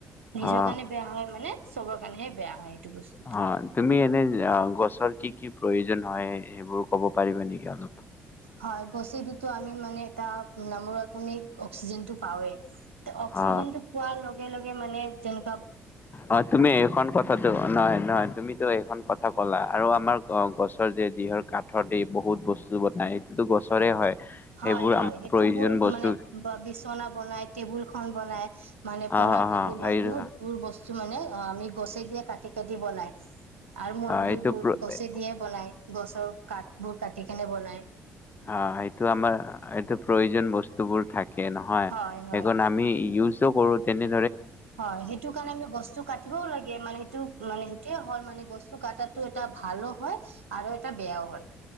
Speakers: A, on the right (about 80°); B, on the left (about 30°).
A: নিজৰ
B: অ
A: কাৰণে বেয়া হয় মানে। চবৰ কাৰণেহে বেয়া হয়। এইটো বস্তু
B: অ ', তুমি এনে অ', গছৰ কি কি প্ৰয়োজন হয় সেইবোৰ ক'ব পাৰিবা নেকি অলপ?
A: হয় ', গছি দিতো আমি মানে এটা নামৰত আমি অক্সিজেন টো পাৱৱে অক্সিজেন
B: অ
A: টো পোৱাৰ লগত লগে -লগে মানে যেনকা
B: অ', তুমি এইখন কথা দ নহয় -নহয় তুমিতো এইখন কথা ক'লা আৰু আমাৰ গছৰ যে যিহৰ কাঠৰ দি বহুত বস্তু বনাই এইটোতো গছৰে হয়।
A: হয়
B: সেইবোৰ
A: -হয়
B: আমাৰ
A: সেইটো
B: প্ৰয়োজন
A: বোৰ
B: বস্তু
A: মানে বিচনা বনাই টেবুল খন বনাই। মানে
B: হা
A: পঢ়া
B: হা হা
A: টেবুল
B: সেইটো
A: বহুত- বহুত বস্তু কিছু মানে অ', আমি গছে দিয়ে কাটি -কাটি বনাই। আৰু মন্দিৰ
B: এইটো
A: বোৰ
B: হয়
A: গছে দিয়ে বনাই গছৰ কাঠ বোৰ কাটি কেনে বনায়।
B: অ ', সেইটো তাৰমানে সেইটো প্ৰয়োজন বস্তুবোৰ থাকে নহয়
A: হয় হয়।
B: হেকন আমি ইউছ কৰো তেনে
A: হয় সেইটো কাৰণে আমি বস্তু কাটিবও লাগে মানে সেইটো- মানে সেইটো হল মানে গস্তু কটাটো এটা ভাল হয় আৰু এটা বেয়াও হয়।